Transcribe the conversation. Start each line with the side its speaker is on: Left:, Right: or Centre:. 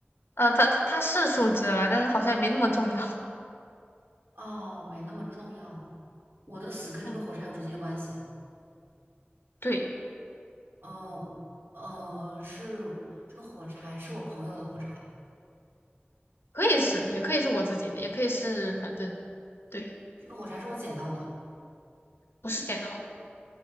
Left: 呃，它它它是树枝了，但是好像也没那么重要。
Right: 哦，没那么重要。我的死跟这个火柴有直接关系。
Left: 嗯，对，
Right: 哦，呃，是这个火柴是我朋友的火柴，
Left: 可以是，也可以是我自己的，也可以是，反正对，
Right: 这个火柴是我捡到的，
Left: 不是剪刀的。